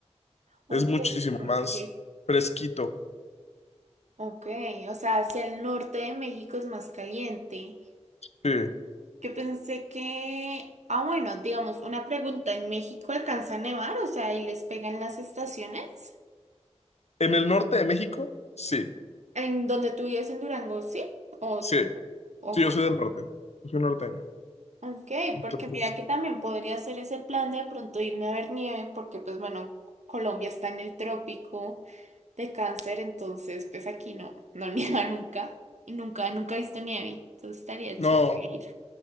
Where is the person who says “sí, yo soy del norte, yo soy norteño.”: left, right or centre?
Left